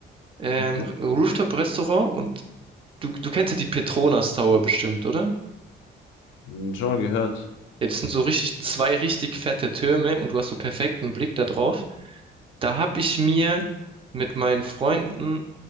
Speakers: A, on the right (about 30°); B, on the left (about 85°).
A: ähm,
B: Okay.
A: Rooftop-Restaurant und Du, du kennst ja die Petronas Tower bestimmt, oder?
B: Hm, Schon mal gehört.
A: Ja, das sind so richtig zwei richtig fette Türme und du hast so perfekten Blick da drauf. Da habe ich mir mit meinen Freunden,